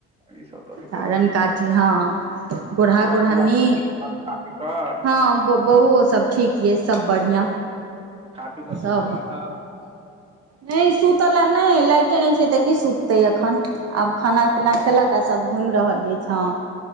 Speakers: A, on the right; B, on the right.
A: ई सब तऽ होइते
B: जारन
A: रहै छै
B: काठी हँ गोढ़ा
A: आओर
B: गोढ़ानी
A: बौआ की हाल खा पी कऽ
B: हँ बौओ सब ठीक यइ सब बढ़िआँ
A: खा पी कऽ
B: सब
A: सुति रहल
B: नहि सुूतला नहि लाइटे नहि छै त की सुततै अखन आब खाना पीना खेलक आ सभ घुमि रहल अछि ह